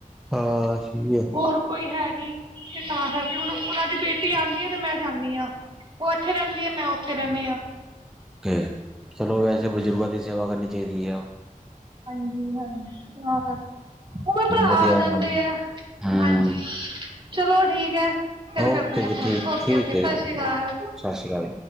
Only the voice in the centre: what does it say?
ਹਾਂ ਸਈ ਏ।
ਤੇ ਚਲੋ ਵੈਸੇ ਬਜ਼ੁਰਗਾਂ ਦੀ ਸੇਵਾ ਕਰਨੀ ਚਾਈਦੀ ਏ।
ਵਧੀਆ
ਹੂੰ
ਓਕੇ
ਜੀ
ਠੀਕ-ਠੀਕ
ਹੈ
ਸਤਿ ਸ਼੍ਰੀ ਅਕਾਲ।